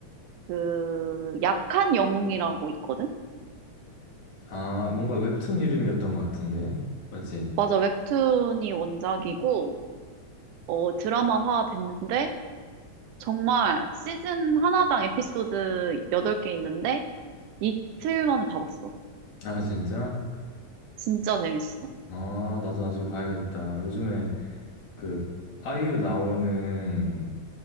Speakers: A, on the right; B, on the left.
A: 그, 약한 영웅이라고 있거든?
B: 아, 뭔가 웹툰 이름이었던 것 같은데. 맞지?
A: 맞아, 웹툰이 원작이고, 어, 드라마화 됐는데, 정말 시즌 하나당 에피소드 8개 있는데, 이틀 만에 다 봤어.
B: <laughs> 아, 진짜?
A: 진짜 재밌어.
B: 아, 나도 나중에 봐야겠다. 요즘에 그 아이유 나오는